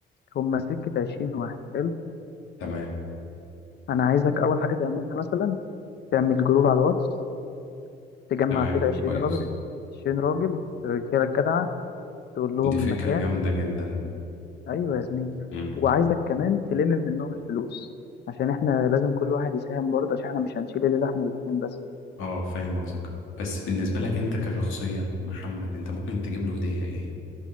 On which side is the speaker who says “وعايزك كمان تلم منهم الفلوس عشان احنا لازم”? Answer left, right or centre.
Left